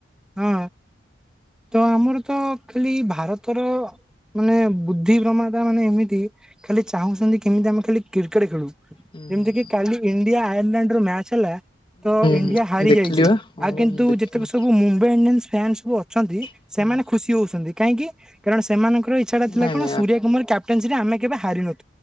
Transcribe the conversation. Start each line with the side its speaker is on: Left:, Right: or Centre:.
Centre: ହଁ ତ ଆମର ତ ଖାଲି ଭାରତର ମାନେ ବୁଦ୍ଧି ପ୍ରମାତା ମାନେ ଏମିତି ଖାଲି ଚାହୁଁଚନ୍ତି କେମିତି ଆମେ ଖାଲି କ୍ରିକେଟ୍ ଖେଳୁ।
Left: ହୁଁ
Centre: ଯେମ୍ତିକିି
Left: ହୁଁ
Centre: କାଲି ଇଣ୍ଡିଆ ଆୟାରଲାଣ୍ଡ ର ମ୍ୟାଚ ହେଲା ତ ଇଣ୍ଡିଆ
Left: ହୁଁ
Centre: ହାରି
Left: ଦେଖିଲି
Centre: ଯାଇଚି,
Left: ବା ହଁ
Centre: ଆଉ
Left: ବା
Centre: କିନ୍ତୁ
Left: ମୁଁ ଦେଖିଲି
Centre: ଯେତକ ସବୁ ମୁମ୍ ମୁମ୍ବାଇ ଇଣ୍ଡିଆନ୍ସ୍ ଫ୍ୟାନ୍ ସବୁ ଅଛନ୍ତି
Left: ହୁଁ
Centre: ସେମାନେ ଖୁସି ହଉଚନ୍ତି କାହିଁକି କାରଣ ସେମାନଙ୍କ ର ଇଚ୍ଛାଟା ଥିଲା
Left: ନାଇଁ
Centre: କଣ
Left: ନାଇଁ
Centre: ସୁରିୟା କୁମାର କ୍ୟାପ୍ଟନ୍ସିରେ ଆମେ କେବେ ହାରିିନୁ